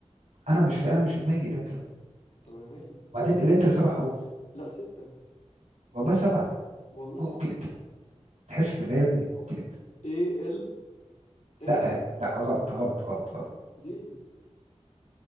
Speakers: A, on the right (about 85°); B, on the left (about 80°).
A: انا مش في انا مش في دماغي الانترا
B: طب انا مالي
A: وبعدين الانترا سبع حروف
B: لا ستة
A: والله سبعه
B: والله
A: جوجلت
B: ستة
A: ما تحلفش بالله يا ابني جوجلت
B: ايه ال ان
A: لا آه، لا غلط غلط غلط غلط
B: ليه